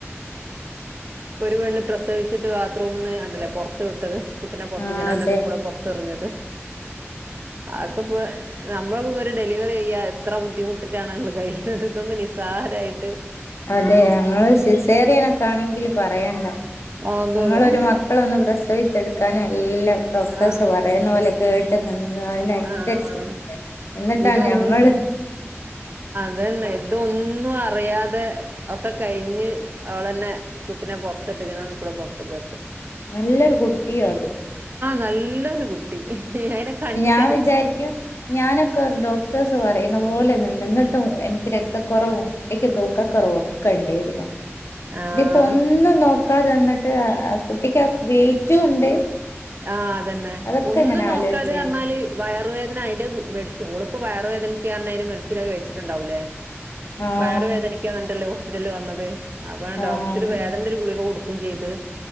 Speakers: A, on the right (about 45°); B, on the left (about 65°).
A: ഇപ്പൊ ഒരു പെണ്ണ് പ്രസവിച്ചിട്ട് ബാത്റൂമന്ന് കണ്ടല്ലേ പൊറത്ത് വിട്ടത് കുട്ടിനെ പൊറത്ത്
B: ആ
A: ജനാലന്റെ
B: അതെ
A: ഉളെള കൂടെ പൊറത്തെറിഞ്ഞത് ദ് അഹ്ക്കെ ഇപ്പോ നമ്മളൊപൊറി ഡെലിവറി ചെയ്യാ എത്ര ബുദ്ധിമുട്ടിട്ടാണ് നമ്മൾ കഴിയുന്നത് ഇതൊന്ന് നിസ്സാരമായിട്ട്
B: അതെ മ്മള് സിസേറിയനൊക്കെ ആണെങ്കിൽ പറ പറയണ്ട
A: അതെ
B: നമ്മളൊരു
A: അതെ
B: മക്കളെ ഒന്ന് പ്രസവിച്ചെടുക്കാന് ഇല്ല ഡോക്ടേഴ്സ്
A: ആഹ്
B: പറയുന്ന പോലെ കേട്ട് ന അതിനനുസരിച്ച്
A: ആഹ്
B: എന്നിട്ടാണ്
A: ഇതൊന്നും
B: ഞമ്മള്
A: അതന്നെ ഇതൊന്നും അറിയാതെ ഒക്കെ കഴിഞ്ഞ് അവള് തന്നെ കുട്ടിനെ പൊറത്തിട്ട് ഇങ്ങന ജനാലയുടെ ഉള്ളിൽ കൂടെ പൊറത്തെകിട്ട്
B: നല്ലൊരു കുട്ടിയു അത്
A: നല്ലൊരു കുട്ടി അയിനെ കണ്ടിട്
B: ഞാൻ വിചാരിക്കും ഞാനൊക്കെ ഡോക്ടേഴ് പറ പറയുന്ന പോലെ നിന്നിട്ടും എനിക്ക് രക്ത കുറവും കുട്ടിക്ക് തൂക്കാ കുറവും ഒക്കെ ഉണ്ടായിരുന്നു
A: ആഹ്
B: ഇതിപ്പോൊ ഒന്നും നോക്കാതെ നിന്നിട കുട്ടിക്ക് വെയിറ്റും ഉണ്ട്
A: ആഹ് അതന്നെ
B: അതൊക്കെ
A: ഒന്നും
B: ഇങ്ങനെ
A: നോക്കാതെ
B: ആലോചിച്ച് ഞാൻ
A: ർനല് വയറും വയർവേദന അതിന്റെ മെഡസിൻ ഓളിപ്പോ വയറ് വേദനക്ക പറഞ്ഞ് അതിൻ്റെ മെഡസിൻ ഒക്കെ കഴിച്ചിട്ടുണ്ടാവില്ലേ
B: ആഹ്
A: വയറ് വേദനിക്കന്നണ്ടല്ലോ സ്പിറ്റലിൽ വന്നത് അപ്പൊ ഡോക്ടർ
B: ആഹ്
A: വേദനൻ്റെ ഒരു ഗുളിക കൊടുക് ചെയ്ത്